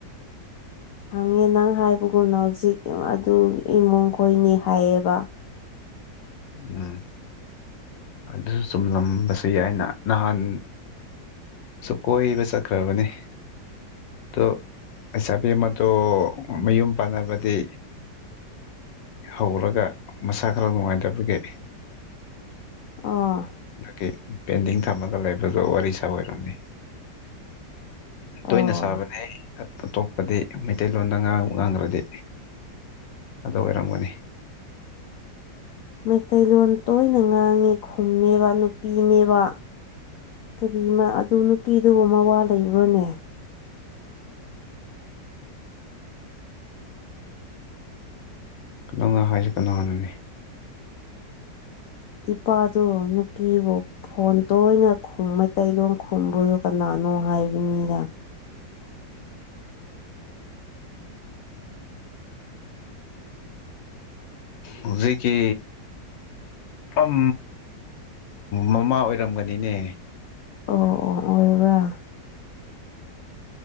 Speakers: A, on the left; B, on the left.
A: ꯍꯪꯉꯦ ꯅꯪ ꯍꯥꯏꯕꯒꯨꯝꯅ ꯍꯧꯖꯤꯛ ꯑꯗꯨ ꯏꯃꯨꯡ ꯈꯣꯏꯅꯤ ꯍꯥꯏꯌꯦꯕ
B: ꯎꯝ ꯑꯗꯨꯁꯨ ꯆꯨꯝꯂꯝꯕꯁꯨ ꯌꯥꯏꯅ ꯅꯍꯥꯟ ꯁꯨ ꯀꯣꯏꯕ ꯆꯠꯈ꯭ꯔꯥꯕꯅꯦ ꯗꯣ ꯑꯁ ꯑꯕꯦꯝꯃꯗꯣ ꯃꯌꯨꯝ ꯄꯥꯟꯅꯕꯗꯤ ꯍꯧꯔꯒ ꯃꯁꯥ ꯈꯔ ꯅꯨꯡꯉꯥꯏꯗ ꯇꯕꯒꯤ
A: ꯑꯣ
B: ꯃꯥꯒꯤ ꯄꯦꯟꯗꯤꯡ ꯊꯝꯃꯒ ꯂꯩꯕꯗꯣ ꯋꯥꯔꯤ ꯁꯥ ꯑꯣꯏꯔꯝꯅꯤ ꯇꯣꯏꯅ
A: ꯑꯣ
B: ꯁꯥꯕꯅꯦꯍꯦ ꯑꯇꯣꯞꯄꯗꯤ ꯃꯩꯇꯩꯂꯣꯟꯗ ꯉꯥꯡ ꯉꯥꯡꯒ꯭ꯔꯗꯤ ꯑꯗꯨ ꯑꯣꯏꯔꯝꯒꯅꯤ
A: ꯃꯩꯇꯩꯂꯣꯟ ꯇꯣꯏꯅ ꯉꯥꯡꯉꯦ ꯈꯨꯝꯃꯦꯕ ꯅꯨꯄꯤꯅꯦꯕ ꯀꯔꯤ ꯑꯗꯨ ꯅꯨꯄꯤꯗꯨꯕꯨꯨꯝ ꯃꯋꯥ ꯂꯩꯕ꯭ꯔꯣꯅꯦ
B: ꯅꯪꯅ ꯍꯥꯏꯖꯦ ꯀꯅꯥꯅꯣꯅꯦ
A: ꯏꯄꯥꯗꯣ ꯅꯨꯄꯤꯕꯣ ꯐꯣꯟ ꯇꯣꯏꯅ ꯈꯨꯝ ꯃꯩꯇꯩꯂꯣꯟ ꯈꯨꯝꯕꯨꯗꯣ ꯀꯅꯥꯅꯣ ꯍꯥꯏꯕꯅꯤꯗ
B: ꯍꯧꯖꯤꯛꯀꯤ ꯐꯝ... ꯃꯃꯥ ꯑꯣꯏꯔꯝꯒꯅꯤꯅꯦ
A: ꯑꯣ ꯑꯣ ꯑꯣꯢ <unintelligible>